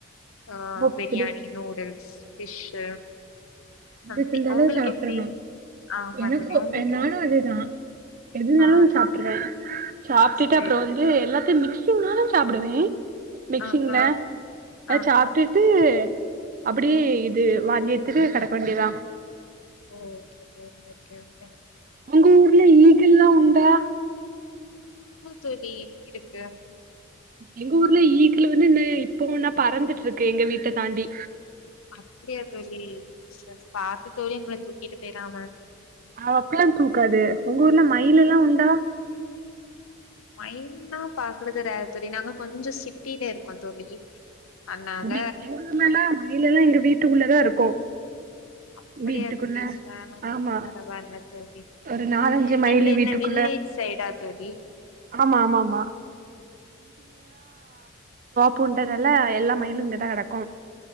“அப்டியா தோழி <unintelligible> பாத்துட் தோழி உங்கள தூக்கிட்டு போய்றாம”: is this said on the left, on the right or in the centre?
Left